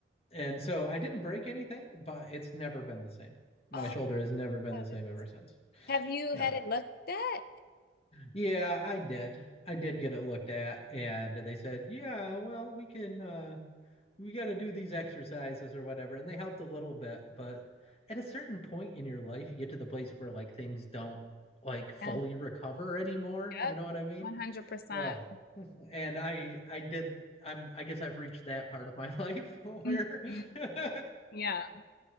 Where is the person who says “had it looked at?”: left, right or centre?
Left